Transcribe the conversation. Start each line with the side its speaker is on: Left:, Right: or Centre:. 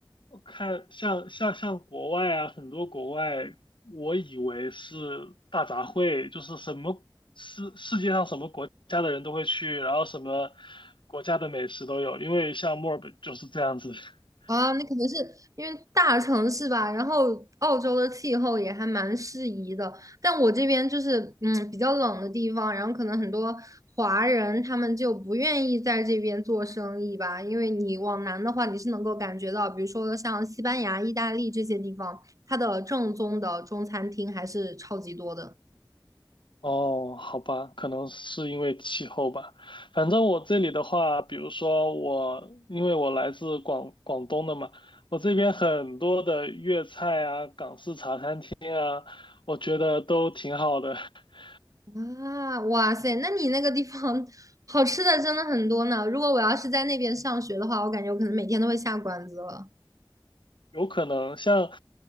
Left: 我看像像像国外啊，很多国外，我以为是大杂烩，就是什么世世界上什么国家的人都会去，然后什么国家的美食都有，因为像墨尔本就是这样子。<laughs>
Right: 啊，那可能是因为大城市吧，然后澳洲的气候也还蛮适宜的，但我这边就是嗯比较冷的地方，然后可能很多华人他们就不愿意在这边做生意吧，因为你往南的话，你是能够感觉到，比如说像西班牙、意大利这些地方，它的正宗的中餐厅还是超级多的。
Left: 哦，好吧，可能是因为气候吧。反正我这里的话，比如说我，因为我来自广广东的嘛，我这边很多的粤菜啊、港式茶餐厅，我觉得都挺好的。<laughs>
Right: 啊，哇塞，那你那个地方好吃的真的很多呢，如果我要是在那边上学的话，我感觉我可能每天都会下馆子了。
Left: 有可能像，